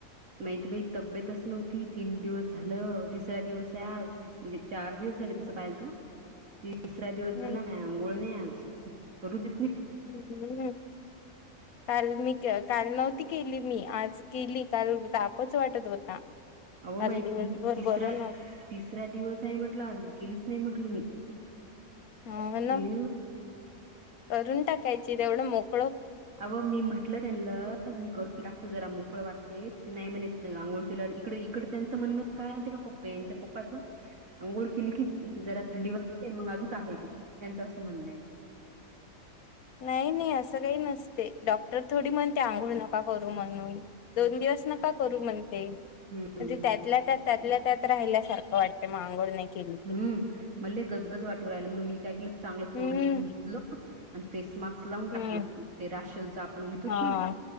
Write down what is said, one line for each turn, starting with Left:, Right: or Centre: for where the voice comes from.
Right: माहीत बाई तब्येतच नव्ह ती तीन दिवस झालं, तिसरा दिवस आहे आज म्हणजे चार दिवस झाले तसं पाहिल त
Left: <inaudible>
Right: तिसरा दिवस
Left: हम्म
Right: झाला माही अंघोळ नाही आज करू द
Left: हूं काल मी का काल नव्हती केली मी आज गेली काल तापच वाटत होता
Right: अव
Left: काल
Right: माही
Left: दिवसभर
Right: तीन तिसरा
Left: बरं नव्हत
Right: तिसरा दिवस आहे, म्हटलं आज केलीच नाही म्हंटलं मी
Left: ह
Right: ते
Left: ना करून टाकायची तेवढं मोक
Right: अवं मी म्हटलं त्याना मी करून टाकतो जरा मुक कळ वाटते त नाही म्हणयेत आंगुळ किल्यावं इकड इकडं त्यांचं म्हणणं काय माहित का पप्पे यांच्या पप्पाचं अंघोळ केली कि जरा थंडी वाजते मग अजून ताप येते त्यांचं असं म्हणणं आहे.
Left: नाही, नाही असं काही नसते, डॉक्टर थोडी म्हणते आंघोळ नका करू म्हणून दोन दिव सं नका करू म्हणते, म्हणजे
Right: हम्म
Left: त्यातल्या, त्यातल्या त्यात राहिल्यासारख वाटते मग आंघोळ नाही केली
Right: हूं
Left: की
Right: मल लयी गजगज वाटू राहिलं मग मी काय केलं चांगलं
Left: हम्म
Right: तोंड बिन्ड धुतलं अन फेस मास्क लावून
Left: हम्म
Right: टाकलं ते राशलच आपण घेतोत
Left: हा
Right: ना.